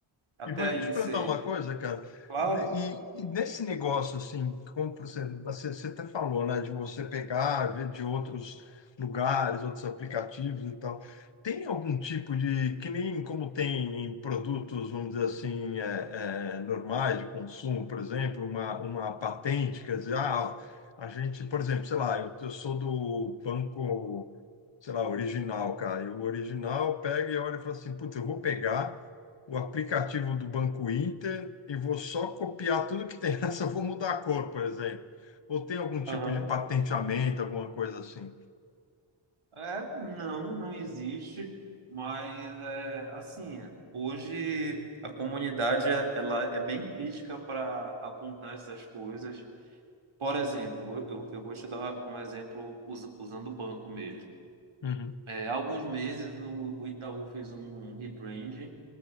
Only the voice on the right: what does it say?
Até
aí
você.
Claro.
Aham.
É, não, não existe, mas é, assim, hoje a comunidade é- ela é bem crítica para apontar essas coisas. Por exemplo, eu, eu eu vou te dar um exemplo usa- usando o banco mesmo.
É, há alguns meses o, o Itaú fez um rebranding